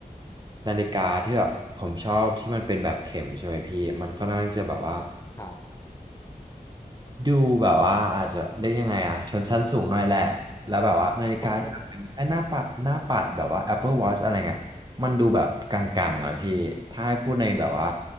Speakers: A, on the right (about 30°); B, on the left (about 20°).
A: นาฬิกาที่แบบผมชอบที่มันเป็นแบบเข็มใช่ไหมพี่มันค่อนข้างที่จะแบบว่า
B: ครับ
A: ดูแบบว่าอาจจะเรียกยังไงอะชนชั้นสูงหน่อยแหละแล้วแบบว่านาฬิกาที่แบบเป็นไอ้หน้าปัดหน้าปัดแบบว่า
B: อ๋อ
A: Apple Watch อะไรเงี้ยมันดูแบบกังๆอะพี่ถ้าให้พูดในแบบว่า